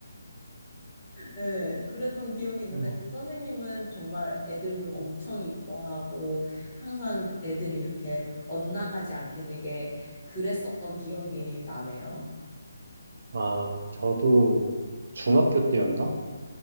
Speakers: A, on the left; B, on the right.
A: 예, 그랬던 기억이 있는데
B: 어.
A: 그 선생님은 정말 애들도 엄청 이뻐하고 항상 애들이 이렇게 엇나가지 않게 되게 그랬었던 기억이 나네요.
B: 아, 저도 중학교 때였나?